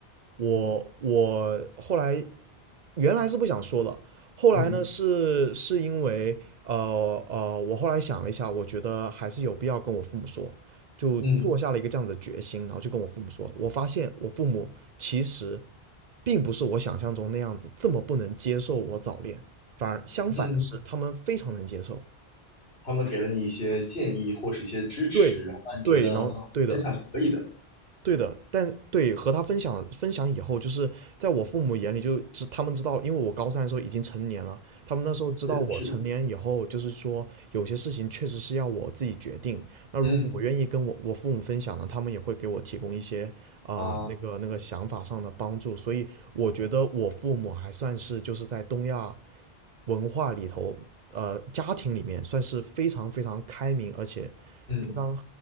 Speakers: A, on the right; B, on the left.
A: 我我后来
B: 嗯
A: 原来是不想说的，后来呢是是因为呃呃，
B: 嗯
A: 我后来想了一下，我觉得还是有必要跟我父母说，就做下了一个这样子的决心，
B: 嗯
A: 然后就跟我父母说，我发现我父母其实并不是我想象中那样子这么不能接受我早恋，反而相反的是，
B: 嗯，
A: 他们非常能接受。
B: 他们给了你一些建议或是一些支持，
A: 对对，
B: 然后让你觉得嗯，
A: 然后对的
B: 分享是可以的，
A: 对的，但对和他分享分享以后，就是在我父母眼里就知他们知道，因为我高三的时候已经成年了，他们那时候知道我成年以后，
B: 是是的，
A: 就是说有些事情确实是要我自己决定。那如果我愿意跟我我父母分享呢，
B: 嗯
A: 他们也会给我提供一些啊、
B: 啊啊
A: 呃那个那个想法上的帮助。所以我觉得我父母还算是就是在东亚
B: 哦，
A: 文化里头，呃，家庭里面算是非常非常开明，而且非常
B: 嗯。嗯